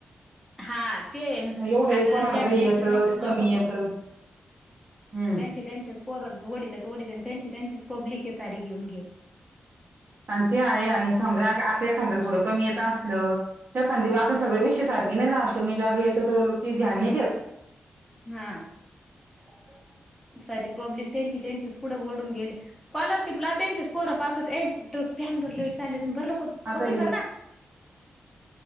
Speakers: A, in the centre; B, on the right.
A: हा ते आहे ना.
B: अ एवढं
A: अगं
B: कोणाला
A: त्यांना
B: काही
A: त्यांची
B: येतं
A: त्यांचीच
B: कमी
A: लोक
B: येत
A: प
B: हम्म.
A: त्यांचे त्यांचेच पोर ओढीत ओढीत आणि त्यांची त्यांचीच पब्लिके सारी घेऊन गेल.
B: आणि ते आहे आणि समजा आता एकखादयाला थोडं कमी येत असलं. एखाद्या वेळी आता सगळे विषय सारखी नाही राहत मी ज्या येतो ती ध्यान नाही देत.
A: हा.
B: <inaudible>
A: सारी पब्लिक त्यांची, त्यांचीच पुढ बडून गेले. स्कॉलरशिपला त्यांचेच पोरा पास होत ये कॅन भर लाईट चाल्या भर लवकर कप
B: आता
A: बकेट भर ना.